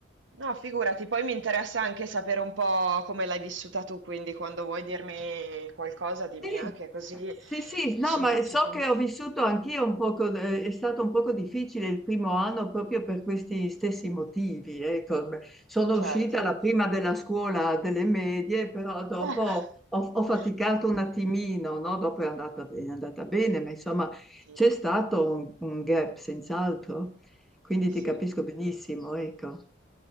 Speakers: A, on the right; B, in the centre.
A: No, figurati, poi mi interessa anche sapere un po' come l'hai vissuta tu, quindi quando vuoi dirmi qualcosa di
B: Sì,
A: mia, che così
B: sì, sì, no,
A: ci,
B: ma so
A: ci... com-
B: che ho vissuto anch'io un poco, eh, è stato un poco difficile il primo anno proprio per questi stessi motivi. Ecco. Beh, Sono uscita
A: Certo.
B: la prima della scuola delle medie, però dopo
A: Ecco.
B: ho, ho
A: <laughs>
B: faticato un attimino, no? Dopo è andata bene, è andata bene, ma insomma
A: Sì.
B: c'è stato un, un gap senz'altro, quindi
A: Sì.
B: ti capisco benissimo, ecco.